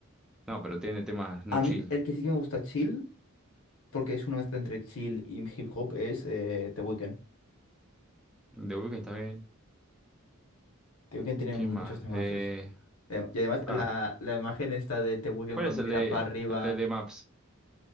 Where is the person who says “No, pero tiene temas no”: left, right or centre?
Centre